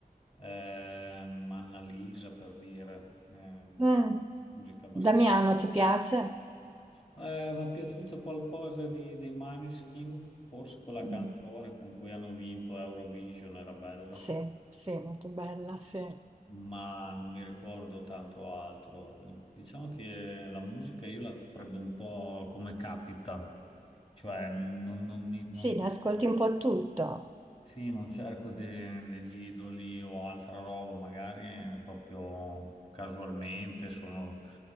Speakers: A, on the left; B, on the right.
A: ehm, Annalisa, per dire, ehm,
B: Mm.
A: musica abbastanza
B: Damiano, ti piace?
A: eh, mi è piaciuto qualcosa di- dei Maneskin, forse quella
B: Mm.
A: canzone con cui hanno vinto Eurovision era bella,
B: Sì, sì, molto bella, sì.
A: ma non mi ricordo tanto altro. Diciamo che la musica io la prendo un po' come capita, cioè non, non mi... non-
B: Sì, ne ascolti un po' tutto,
A: Sì, non cerco de- degli idoli o altra roba, magari eh, proprio casualmente sono